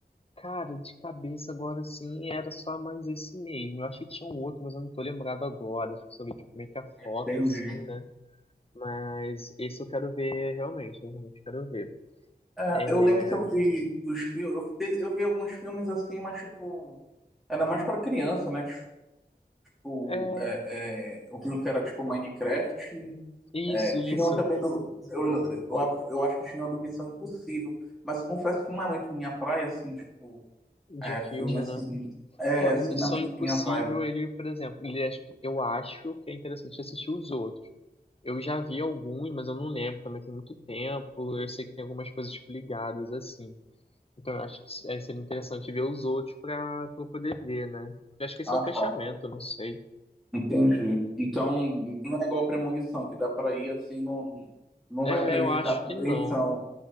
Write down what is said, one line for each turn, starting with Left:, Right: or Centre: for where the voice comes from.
Left: Cara, de cabeça agora sim, era só mais esse mesmo. Eu acho que tinha um outro, mas eu não tô lembrado agora. Acho que só vi, tipo, meio que a
Centre: Entendi.
Left: foto, assim, né? Mas esse eu quero ver realmente, eu realmente quero ver.
Centre: É,
Left: É,
Centre: eu lembro que eu vi dos filmes, eu, vi- eu vi alguns filmes assim, mas tipo, era mais pra criança, né? Tipo,
Left: é
Centre: é, é, eu vi um que era tipo Minecraft.
Left: isso,
Centre: É, tinha
Left: isso,
Centre: um também do. Eu, eu, abro- eu acho que tinha um do Missão Impossível. Mas eu confesso que não é muito minha praia, assim, tipo,
Left: de
Centre: é, filme
Left: filme,
Centre: assim.
Left: né?
Centre: É,
Left: É, o
Centre: assim,
Left: Missão
Centre: não é muito
Left: Impossível,
Centre: minha vibe.
Left: ele, por exemplo, ele acho que- eu acho que é interessante assistir os outros. Eu já vi alguns, mas eu não lembro, também tem muito tempo. Eu sei que tem algumas coisas tipo, ligadas assim. Então eu acho que é, seria interessante ver os outros para eu poder ver, né? eu acho que esse
Centre: Ah,
Left: é o fechamento,
Centre: tá.
Left: eu não sei.
Centre: Entendi. Então, não é igual premonição, que dá para ir assim, não, não
Left: É,
Centre: vai prejudicar
Left: é, eu acho
Centre: a compreensão.
Left: que não.